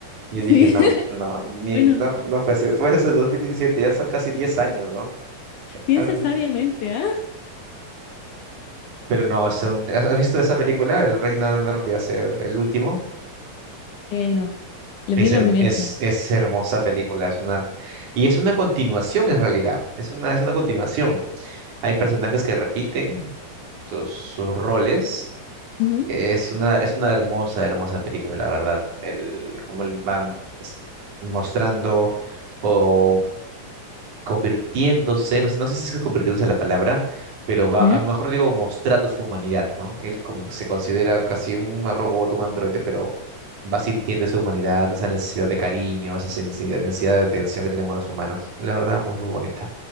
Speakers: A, on the right; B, on the left.
A: yo
B: Sí.
A: dije, no,
B: <laughs>
A: no, ni,
B: Bueno,
A: no, no fue hace, fue hace 2017, ya son casi 10 años, ¿no?
B: piensa
A: Ah, mm".
B: sabiamente, ¿ah?
A: Pero no, son- ¿has has visto esa película, El Rey Nadar de Hacer el último?
B: Eh, no, le
A: Es,
B: vi
A: her-
B: la primera.
A: es,
B: no.
A: es hermosa película, es una, y es una continuación en realidad, es una, es una continuación. Hay personajes que repiten sus, sus roles
B: Ujú.
A: Es una, es una hermosa, hermosa película, la verdad. El, cómo él va s- mostrando o convirtiéndose, no sé, no sé si es que convirtiéndose la palabra, pero va,
B: ¿Ya?
A: a lo mejor digo mostrando su humanidad, ¿no? Él como se considera casi un robot, un androide, pero va sintiendo esa humanidad, esa necesidad de cariño, esa sen- sen- necesidad de atención que tenemos los humanos. La verdad, muy, muy bonita.